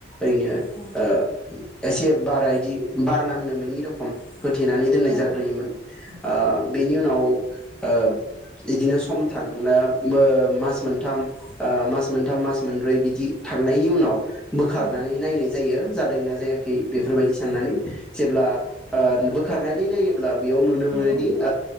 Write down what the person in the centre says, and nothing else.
यैनो ओ
एसे बारा इदि बार नांनो मोनि रखम। होथेनानै दोननाय
जाग्रोयोमोन
ओ
बेनि उनाव‌ ओ इदिनो सम थांनो मो मास मोनथाम ओ मास मोनथाम मास मोनब्रै बिदि थांनायनि उनाव बोखारनानै
नायनाय जायो जादोंना जाया खै बेफोरबायदि
साननानै। जेब्ला ओ बोखारनानै नायो। ब्ला बेयाव नुनो
मोनोदि